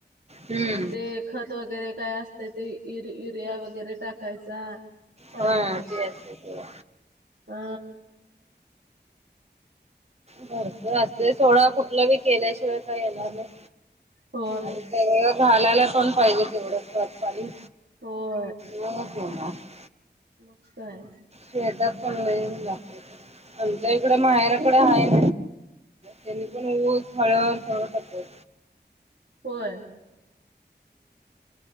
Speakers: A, on the right (about 35°); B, on the right (about 85°).
A: हम्म.
B: परत ते खत वगैरे काय असते ते युरिया वगैरे टाकायचा. पाडू
A: हा
B: नकोस
A: ते असतंय सोडा.
B: हा.
A: बर भरपूर असते सोडा कुठलं बी असल केल्याशिवाय काय येणार नाही.
B: हो.
A: आणि तें घालायला पण पाहिजे तेवढं सकाळी.
B: हो.
A: मग अच होणार <unintelligible>
B: म काय.
A: शेतात पण लई ऊन लागतय, आमच्या इकड माहेराकडे हाय. त्यांनी पण ऊस, हळद सगळ टाकलाय.
B: होय